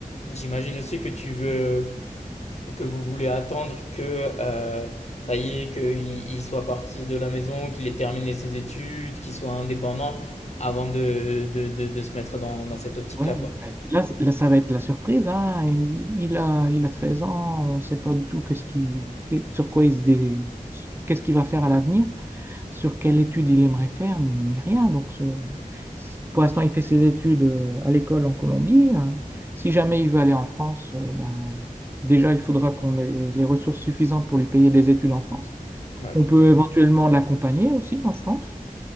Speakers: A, on the left (about 50°); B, on the right (about 15°).
A: j'imagine aussi que tu veux Que vous voulez attendre que euh, ça y est, qu'il il soit parti de la maison, qu'il ait terminé ses études, qu'il soit indépendant avant de, de, de- de se mettre dans, dans cette optique-là,
B: ouais.
A: quoi.
B: mais Là, c- là, ça va être la surprise, hein. Il, il a, il a 13 ans, on ne sait pas du tout qu'est-ce qui, qu'est- sur quoi il se dé- qu'est-ce qu'il va faire à l'avenir. sur quelle étude il aimerait faire, ni, ni rien. Donc, ce- si- pour l'instant, il fait ses études euh, à l'école en Colombie. Euh, Si jamais il veut aller en France, euh, ben, déjà, il faudra qu'on ait les les ressources suffisantes pour lui payer des études en France.
A: Ouais.
B: On peut éventuellement l'accompagner aussi en France.